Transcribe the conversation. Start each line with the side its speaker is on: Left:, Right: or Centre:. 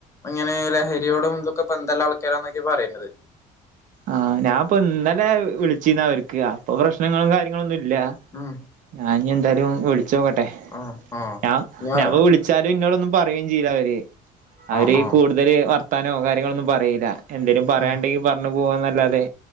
Left: ഇങ്ങനെ ലഹരിയോടും ഇതൊക്കെ ബന്ധമുല്ല ആൾക്കാരാന്നൊക്കെ പറയുന്നത്
Right: ആഹ് ഞാപ്പോ ഇന്നലെ വിളിചീന്നു അവർക്ക് അപ്പൊ പ്രശ്നങ്ങളും കാര്യങ്ങള ഒന്നും ഇല്ല
Left: ഉം
Right: ഞാൻ ഇനി എന്തായാലും വിളിച്ചോക്കട്ടെ
Left: ആഹ് ആഹ്
Right: ഞാ
Left: ഞാൻ
Right: ഞവ വിളിച്ചാല അവര് ഇന്നോടൊന്നും പറയും ചെയ്യൂല അവര് അവര്
Left: ആഹ് ആഹ്
Right: കൂടുതല് വർത്താനോ കാര്യങ്ങളൊന്നും പറയില്ല എന്തേലും പറയണ്ടെങ്കി
Left: ഉം
Right: പറഞ്ഞു പോവാന്നല്ലാതെ